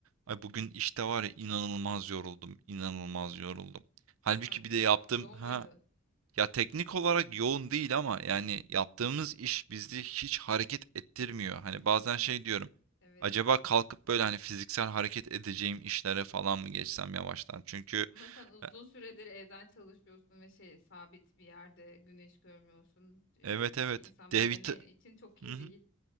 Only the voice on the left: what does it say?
Hadi
ya.
Yoğun
muydu?
Evet.
Ama sen uzun
süredir evden çalışıyorsun ve şey sabit bir yerde güneş görmüyorsun. Evet
yani
insan
bedeni
için çok iyi
değil.